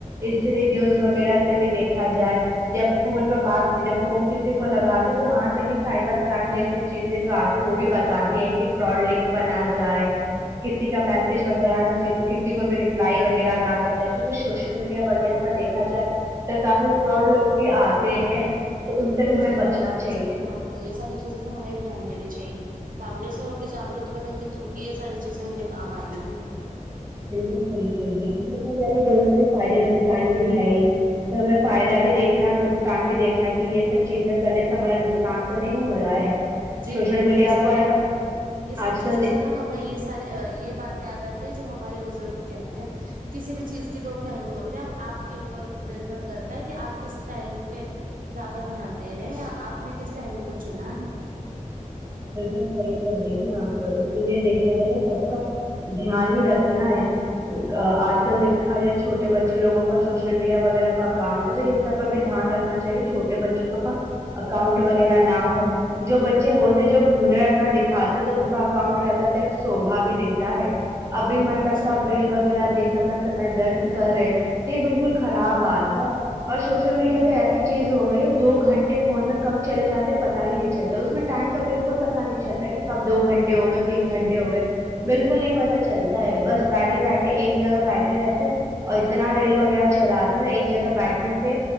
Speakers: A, on the right (about 20°); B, on the right (about 90°).
A: اس لیے نیوز وغیرہ سے میں دیکھا جائے جب فون پہ بات جب فون کسی کو لگاتا ہے تو ات سبھی سائبر کرائم جیسی چیزیں جو اتی وہ بھی باتاتی ہیں کہ فراڈ لنک بنا جائے کسی کا میسج وغیرہ کسی کو بھی ریپلائی وغیرہ نہ کرے کیوکہ سوشل میڈیا وغیرہ پر دیکھ دیکا جائے تو کافی فراڈ لوگ بھی اتے ہیں تو ان سے بھی ہمیں
B: جی تو
A: بچنا
B: بالکل
A: چاہیے
B: صحیح کہا آپ یہ ساری چیزیں تو ہمیں دھیان دینی چاہیے سامنے سے ہو کے جاگرور بنیں گے تو ہی یہ ساری چیزیں ہمیں کام ائیں گی
A: بالکل صحیح کہہ رہے دیکھا جائے تو دونوں کے فائدے نقصان بھی ہے یہ تو ہمیں فائدہ بھی دیکھنا ہے اور نقصان بھی دیکھنا ہے کہ یہ سب چیزیں کرنے سے ہمارا نک کم تو نہیں ہو رہا ہے
B: جی
A: سوشل
B: یہ تو بالکل
A: میڈیا
B: سی
A: پر
B: کہا اپ نے یہ ساری
A: آج
B: چیزوں
A: کل
B: سے تو ہم یہ ساری یہ بات یاد اتے جو ہمارے بزرگ کہتے ہیں کسی بھی چیز کے دو پہلو ہوتے ہیں وہ آپ کے اوپر نربھر کرتا ہے کہ آپ کس پہلو پہ زیادہ دھیان دے رہے ہیں آپ نے کس پہلو کو چنا ہے
A: بالکل صحیح کہہ رہی ہے آپ کو اس لیے دیکھا جارا سب کا دھیان ہی رکھنا ہے اج کل دیکھا جائے چھوٹے بچے لگوں کا سوشل میڈیا وغیرہ پر اکاؤنٹس سب پر دھیان رکھ نا چاہیے چھوٹے بچے کو اکاؤنٹ وغیرہ نہ ہو جو بچے ہو جو ہنر اپنا دکھاتے تو ان کا اکاؤنٹ رہتا تھا ایک شوبا بھی دیتا ہے ابھی مت مطلب
B: جی
A: کاب ریل وغیرہ دیکھ اپنا سمے واڑت کر رہے یہ بالکل خراب ات تو وش سوشل میڈیا تو ایسی چیز ہو گئی ہے دو گھنٹے فون میں کب چلے جاتے پتا ہی نہیں چلتا اس میں ٹائم بالکل پتا نہیں چلتا کہ کب دو گھنٹے ہو گئے تین گھنٹے ہو گئے بالکل نہیں پتا چلتا ہے بس بیٹھے بیٹھے ایک جگہ بیٹھے رہتے اور اتنا ریل وغیرہ چلاتا ہے ایک جگہ بیٹھنے سے